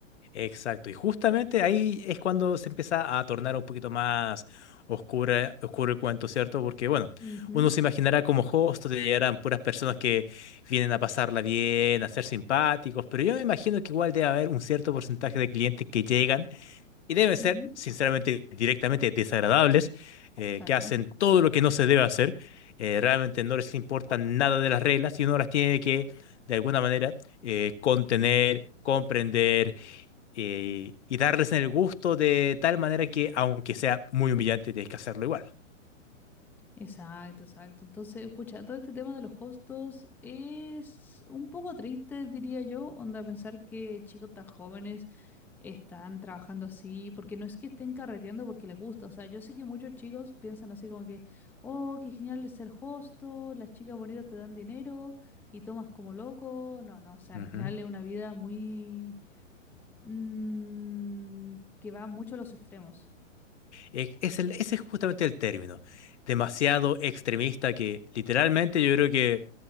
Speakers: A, on the left (about 60°); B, in the centre.
A: Exacto, y justamente ahí es cuando se empieza a tornar un poquito más oscura, oscuro el cuento, ¿cierto? Porque, bueno,
B: Ujú,
A: uno se imaginará como host te llegarán puras personas que vienen a pasarla bien, a ser simpáticos, pero yo me imagino que igual debe haber un cierto porcentaje de clientes que llegan y deben ser,
B: ujú,
A: sinceramente, directamente desagradables, eh,
B: exacto.
A: que hacen todo lo que no se debe hacer, eh, realmente no les importa nada de las reglas y uno las tiene que, de alguna manera, eh, contener, comprender eh, y darles el gusto de tal manera que, aunque sea muy humillante, tienes que hacerlo igual.
B: Exacto, exacto. Entonces, pucha, todo este tema de los hostos es un poco triste, diría yo, onda pensar que chicos tan jóvenes están trabajando así, porque no es que estén carreteando porque les gusta, o sea, yo sé que muchos chicos piensan así como que, oh, qué genial es ser hosto, las chicas bonitas te dan dinero y tomas como loco, no, no, o sea,
A: Ujú.
B: al final es una vida muy... mm, que va mucho a los extremos.
A: E- Es el- ese es justamente el término, demasiado extremista que literalmente yo creo